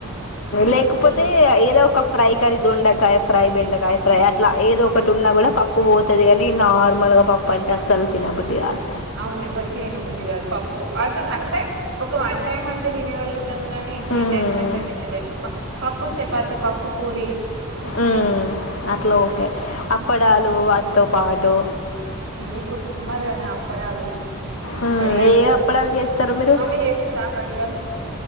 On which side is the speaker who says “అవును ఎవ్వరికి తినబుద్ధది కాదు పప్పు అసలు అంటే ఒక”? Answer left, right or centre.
Right